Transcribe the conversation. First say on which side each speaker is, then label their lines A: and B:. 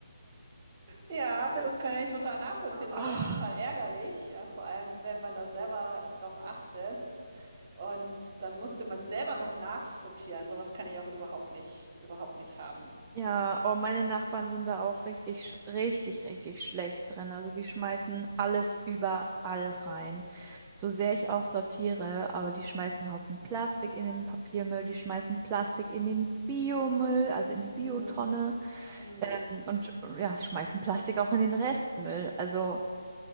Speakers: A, on the right; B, on the right.
A: Ja,
B: Äh,
A: das kann ich total nachvollziehen.
B: Oh.
A: Das ist ja auch total ärgerlich, ja, vor allem, wenn man da selber drauf achtet. Und dann musste man selber noch nachsortieren. So was kann ich auch überhaupt nicht, überhaupt nicht haben.
B: Ja, oh, meine Nachbarn sind da auch richtig, sch- richtig, richtig schlecht drin. Also die schmeißen alles überall rein. So sehr ich auch sortiere, aber die schmeißen Haufen Plastik in den Papiermüll, die schmeißen Plastik in den Biomüll, also in die Biotonne,
A: Hm, hm,
B: ähm, und ja, schmeißen Plastik auch in den Restmüll. Also